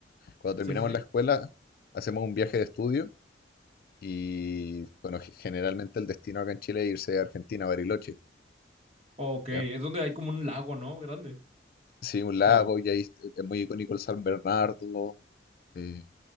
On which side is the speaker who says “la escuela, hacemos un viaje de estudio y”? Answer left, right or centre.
Left